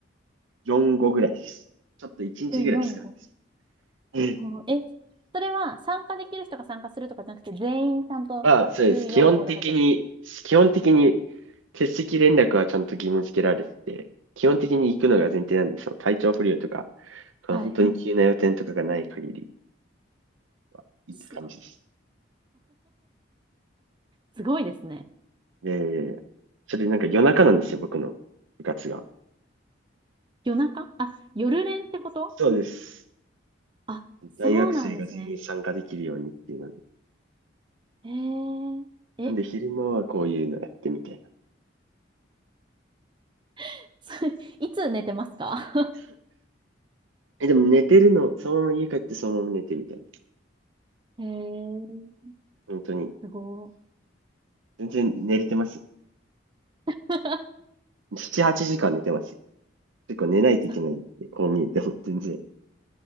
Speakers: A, on the right (about 85°); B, on the right (about 25°).
A: 4、5ぐらいです。ちょっと1日ぐらい少ないです。
B: 週4、5。
A: うん
B: うんえ、それは参加できる人が参加するとかじゃなくて、全員ちゃんと週4、
A: まあ、そうです。基本的に、
B: 5で入ってるんです。
A: 基本的に、欠席連絡はちゃんと義務付けられてて、基本的に行くのが前提なんですよ。体調不良とか、この本当に急な予定とかがない限り
B: はい。
A: は行く感じです。
B: <laughs> すごい <laughs> すごいですね。
A: いやいやいやいや。それなんか夜中なんですよ、僕の部活が。
B: 夜中あ、夜練ってこと
A: そうです。
B: あ、そうなんですね。
A: 大学生が全員参加できるようにっていうの
B: えー、え、
A: で、昼間はこういうのやってみたいな。
B: <laughs> それ、いつ寝てますか
A: え、でも寝てるの、そのまま家帰ってそのまま寝てみたいな。
B: <laughs> えー、
A: 本当に。
B: すご
A: 全然寝れてますよ。
B: い。<laughs>
A: 7、8時間寝てますよ。結構寝ないといけないんで、
B: あ、
A: こう見えても全然。